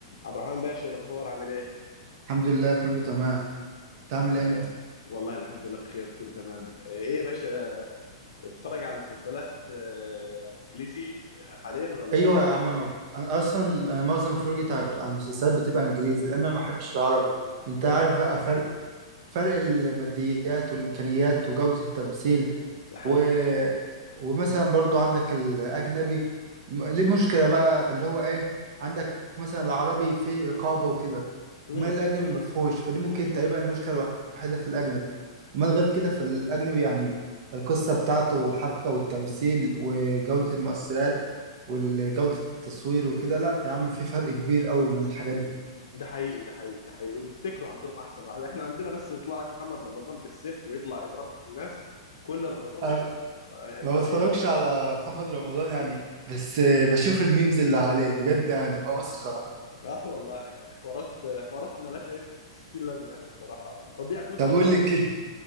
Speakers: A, on the left (about 70°); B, on the right (about 55°).
A: عبد الرحمن باشا الاخبار عامل ايه
B: الحمد لله كله تمام انت عامل
A: آه
B: ايه انت
A: والله الحمد لله بخير كله تمام آه ايه يا باشا بتتفرج على مسلسلات آه انجليزي آه، حاليا ولا
B: ايوه يا
A: موقف
B: عم ما- انا اصلا آه، معظم فرجتي على على المسلسلات بتبقى انجليزي لان انا ما بحبش العربي انت
A: والله
B: عارف
A: لا
B: بقى فرق فرق الماديات والامكانيات وجوده التمثيل
A: ده حقيقي
B: و... ومثلا برضو عندك الاجنبي م-
A: مم.
B: ليه مشكله بقى اللي هو ايه عندك مثلا العربي فيه رقابه وكده
A: مم.
B: امال الاجنبي ما فيهوش فدي ممكن تقريبا المشكله الوحيده في الاجنبي امال غير كده في الاجنبي يعني القصه بتاعته والحبكه والتمثيل وجوده المؤثرات وجوده التصوير وكده لا يا عم في فرق كبير قوي من الحاجات دي
A: ده حقيقي ده حقيقي ده حقيقي وبيبتكروا عندهم احسن واحد احنا عندنا بس يطلع لك محمد رمضان بالسيف ويطلع يضرب في الناس كل رمضان وشكرا
B: أنا
A: ف- يعني
B: ما
A: طب
B: بتفرجش
A: ايه يا عم
B: على محمد رمضان يعني بس بشوف الميمز اللي عليه بجد يعني بيبقى مسخره
A: اه والله يعني حوارات حوارات ملهاش اي 60 لازمه يعني الصراحه وتضييع فلوس
B: طب
A: على
B: قول
A: الفاضي
B: لي كده
A: بس